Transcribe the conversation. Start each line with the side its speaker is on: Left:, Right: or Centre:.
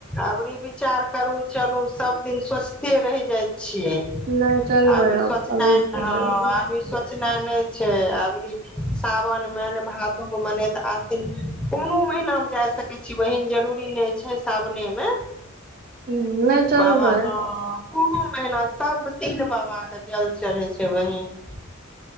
Centre: अबरी विचार करू चलू सब दिन सोचिते रहि जाइत छियै
Right: नहि चलबै
Centre: आब ई सोचनाय
Right: अब अभी
Centre: नहि
Right: तऽ
Centre: हँ
Right: चलबै
Centre: आब ई सोचनाय नहि छी छै अबरी सावन मे ने भादो मे ने तऽ आसिन कोनो महिना मे जाय सकै छी बहिन जरूरी नहि छै सावने मे
Right: ह नहि चलबै
Centre: बाबा हँ कोनो महिना सब दिन बाबा के जल चढ़े छै बहिन